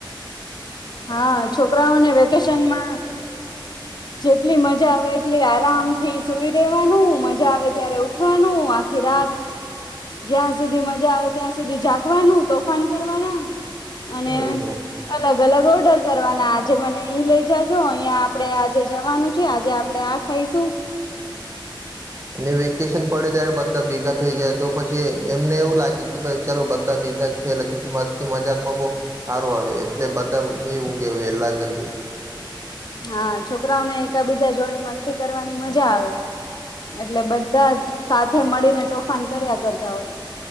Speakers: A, on the left (about 55°); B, on the right (about 35°).
A: હા છોકરાઓને વેકેશનમાં જેટલી મજા આવે એટલી આરામથી સુવી રેવાનું મજા આવે ત્યારે ઉઠવાનું આખી રાત જ્યાં સુધી મજા આવે ત્યાં સુધી જાગવાનું તોફાન કરવાના અને
B: એજ ને
A: અલગ અલગ ઓર્ડર કરવાની અને આજે મને અ લઈ જજો અહંયા આપડે આજે જવાનું છે આજે આપડે આ ખાઈશું
B: અને વેકેશન પડે ત્યારે બધા ભેગા થઈ જાય તો પછી એમને એવું લાગે કે ભાઈ ચાલો બધા ભેગા થયેલા છે તો મસ્તી મજાક માં બહ સારું આવે એટલે બધા નહી ઊંઘે એલા જલ્દી
A: હા છોકરાઓને એકબીજા જોડે મસ્તી કરવાની મજા આવે એટલે બધા જ સાચ મળીને તોફાન કર્યા કરતા હોય